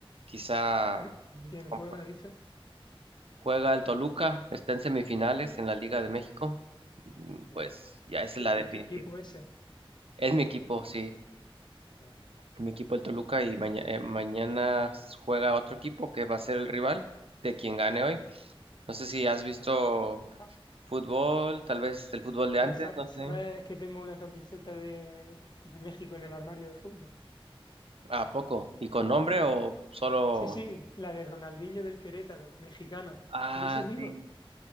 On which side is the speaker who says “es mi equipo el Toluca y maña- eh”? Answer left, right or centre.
Right